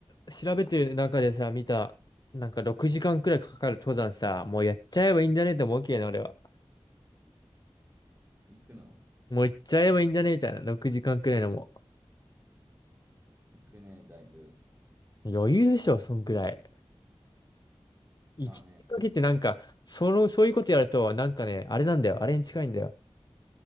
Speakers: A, on the left; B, on the right.
A: 調べてる中でさ、見た、なんか6時間くらいかかる登山さ、もうやっちゃえばいいんじゃねって思うけどね、俺は。
B: 行くの
A: もう行っちゃえばいいんじゃねみたいな。6時間くらいのも
B: 行くね、だいぶ。
A: う。余裕でしょ、そんくらい。行きかけてなんか、
B: まあね。
A: その、そういうことやると、なんかね、あれなんだよ。あれに近いんだよ。